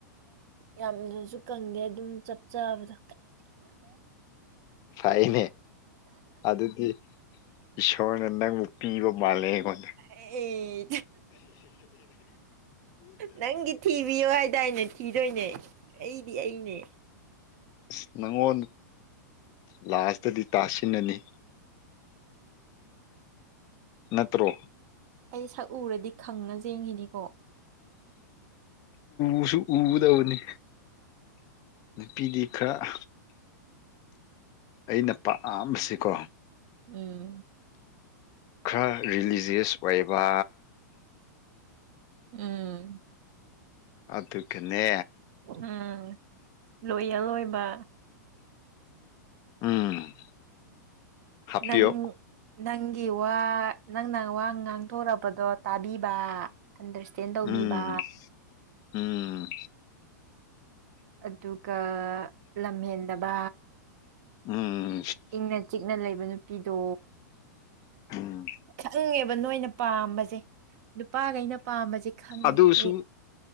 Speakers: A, on the right; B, on the left.
A: ꯌꯥꯝꯅꯁꯨ ꯀꯪꯗꯦ ꯑꯗꯨꯝ ꯆꯞ ꯆꯥꯕꯗ
B: ꯐꯥꯏꯅꯦ ꯑꯗꯨꯗꯤ ꯏꯁꯣꯔꯅ ꯅꯪꯕꯨ ꯄꯤꯕ ꯃꯥꯜꯂꯦ ꯑꯩꯉꯣꯟꯗ
A: ꯑꯩ ꯅꯪꯒꯤ ꯊꯤꯕꯤꯕ ꯀꯗꯥꯏꯅꯦ ꯊꯤꯗꯣꯏꯅꯦ ꯑꯩꯗꯤ ꯑꯩꯅꯦ
B: ꯑꯁ ꯅꯪꯉꯣꯟ ꯂꯥꯁꯇꯗꯤ ꯇꯥꯁꯤꯟꯅꯅꯤ ꯅꯠꯇ꯭ꯔꯣ
A: ꯑꯩ ꯁꯛ ꯎꯔꯗꯤ ꯈꯪꯉ ꯌꯦꯡꯈꯤꯅꯤꯀꯣ
B: ꯎꯁꯨ ꯎꯗꯕꯅꯤ ꯅꯨꯄꯤꯗꯤ ꯈꯔ ꯑꯩꯅ ꯄꯥꯝꯕꯁꯤꯀꯣ
A: ꯎꯝ
B: ꯈꯔ ꯔꯤꯂꯤꯖꯤꯁ ꯑꯣꯏꯕ
A: ꯎꯝ
B: ꯑꯗꯨꯒꯅꯦ
A: ꯎꯝ ꯂꯣꯏꯌꯦ ꯂꯣꯏꯕ
B: ꯎꯝ ꯍꯥꯞꯄꯤꯌꯣ
A: ꯅꯪ ꯅꯪꯒꯤ ꯋꯥ ꯅꯪ ꯅ ꯋꯥ ꯉꯥꯡꯊꯣꯔꯔꯕꯗꯣ ꯇꯥꯕꯤꯕ ꯑꯟꯗꯔꯁ꯭ꯇꯦꯟ ꯇꯧꯕꯤꯕ
B: ꯎꯝ ꯎꯝ
A: ꯑꯗꯨꯒ ꯂꯝꯍꯦꯟꯗꯕ
B: ꯎꯝ
A: ꯏꯪꯅ ꯆꯤꯛꯅ ꯂꯩꯕ ꯅꯨꯄꯤꯗꯣ
B: ꯎꯝ
A: ꯈꯪꯉꯦꯕ ꯅꯣꯏꯅ ꯄꯥꯝꯕꯁꯦ ꯅꯨꯄꯥꯈꯩꯅ ꯄꯥꯝꯕꯁꯦ ꯈꯪꯉꯦꯕ
B: ꯑꯗꯨꯁꯨ
A: ꯑꯩ